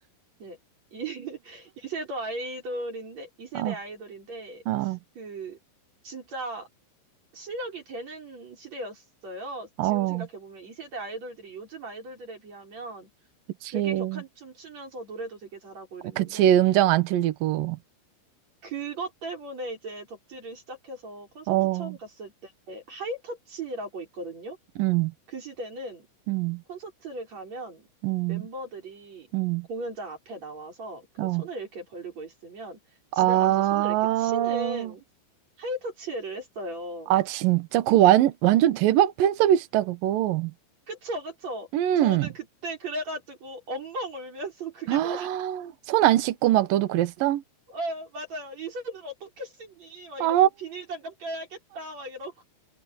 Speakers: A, on the right (about 35°); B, on the right (about 70°).
A: 네. 이 <laughs> 2세대 아이돌인데 2세대
B: 어,
A: 아이돌인데
B: 어,
A: 그 진짜 실력이 되는 시대였어요.
B: 어,
A: 지금 생각해보면 2세대 아이돌들이 요즘 아이돌들에 비하면
B: 그치.
A: 되게 격한 춤 추면서 노래도 되게 잘하고 이랬는데
B: 그치, 음정 안 틀리고.
A: 그것 때문에 이제 덕질을 시작해서 콘서트
B: 어,
A: 처음 갔을 때 하이터치라고 있거든요.
B: 음,
A: 그 시대는
B: 음,
A: 콘서트를 가면
B: 음,
A: 멤버들이
B: 음.
A: 공연장 앞에 나와서 그
B: 어.
A: 손을 이렇게 벌리고 있으면 지나가면서
B: 아,
A: 손을 이렇게 치는 하이터치를 했어요.
B: 아, 진짜? 그거 완, 완전 대박 팬 서비스다, 그거.
A: 그쵸, 그쵸.
B: 음.
A: 저는 그때 그래가지고 엉엉 울면서 그게
B: 아,
A: 뭐라고. <laughs>
B: <gasps> 손 안 씻고 막 너도 그랬어?
A: 아, 맞아요. 이 손을 어떻게 씻니? 막
B: 아,
A: 이러면서 비닐 장갑 껴야겠다. 막 이러고.